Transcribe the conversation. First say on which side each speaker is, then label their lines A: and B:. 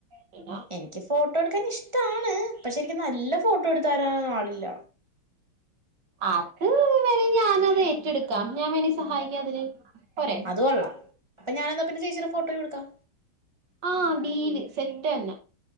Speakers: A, on the right (about 55°); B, on the right (about 15°).
A: പിന്നെ
B: എനിക്ക് ഫോട്ടോയെടുക്കാൻ ഇഷ്ടാണ് പക്ഷെ എനിക്ക് നല്ല ഫോട്ടോ എടുത്തരാൻ ആളില്ല.
A: അത് വേണേൽ ഞാനത് ഏറ്റെടുക്കാം. ഞാൻ വേണേ സഹായിക്കാം അതില് പോരേ
B: അതു കൊള്ളാം അപ്പൊ ഞാനെന്നാപിന്നെ ചേച്ചിടെ ഫോട്ടോയും എടുക്കാം
A: ആഹ് ഡീല് സെറ്റന്നെ